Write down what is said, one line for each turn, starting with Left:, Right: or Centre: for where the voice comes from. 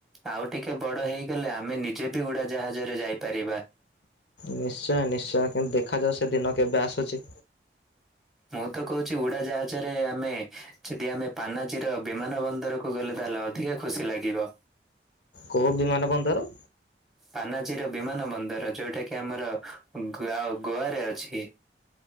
Centre: ଆଉ ଟିକେ ବଡ ହେଇଗଲେ ଆମେ ନିଜେ ବି ଉଡାଜାହାଜରେ ଯାଇପାରିବା।
Left: ନିଶ୍ଚୟ ନିଶ୍ଚୟ କିନ୍ତୁ ଦେଖାଯାଉ ସେ ଦିନ କେବେ ଆସୁଚି।
Centre: ମୁଁ ତ କୋହୁଚି ଉଡାଜାହାଜରେ ଆମେ ଯଦି ଆମେ ପାନାଜୀର ବିମାନ ବନ୍ଦର କୁ ଗଲେ ତାହେଲେ ଅଧିକା ଖୁସି ଲାଗିବ।
Left: କୋଉ ବିମାନ ବନ୍ଦର?
Centre: ପାନାଜୀର ବିମାନ ବନ୍ଦର ଯୋଉଟା କିି ଆମର ଉଁ ଗୁଆ ଓ ଗୋଆରେ ଅଛି।